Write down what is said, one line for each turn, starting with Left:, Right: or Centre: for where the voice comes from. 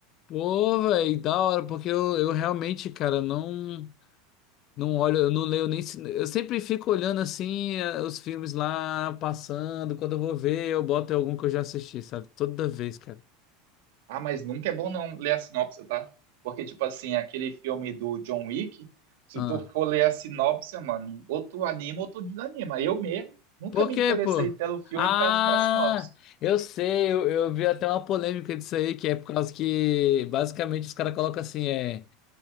Left: Pô, velho, da hora, porque eu, eu realmente, cara, não não olho, eu não leio nem. se- Eu sempre fico olhando assim eh, os filmes lá passando. Quando eu vou ver, eu boto algum que eu já assisti, sabe? Toda vez, cara.
Right: Ah, mas nunca é bom não ler a sinopse, tá? Porque, tipo assim, aquele filme do John Wick, se
Left: Ah.
Right: tu for ler a sinopse, mano, ou tu anima ou tu desanima. Eu mesmo nunca
Left: Por
Right: me
Left: quê,
Right: interessei
Left: pô?
Right: pelo filme
Left: Ah,
Right: por causa da sinopse.
Left: eu sei, eu, eu vi até uma polêmica disso aí, que é por causa que basicamente os caras colocam assim, é.